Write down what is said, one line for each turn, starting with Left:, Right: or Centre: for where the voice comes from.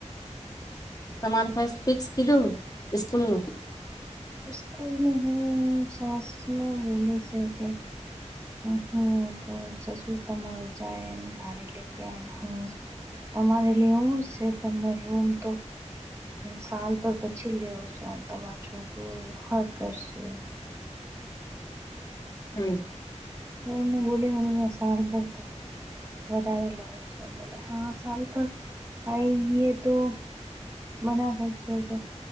Left: તમારે ફર્ ફિક્સ કીધો સ્કૂલ ન
Right: સ્કૂલ ન હું શસ ન બોલે છે, કે હ તો સસુ તમારે જાય, એમ ગાડી લેકે એમ હ તમારે લેવું છે, તમે રૂમ તો સાલભર પછી લેવ છો આમ તમારો છોકરું હર કરશે
Left: હમ્મ
Right: હું એમને બોલી મને સાર ભર વધારે લઉ છુ, બોલે હા સારુ પન અહીંએ તો બના કરશે કે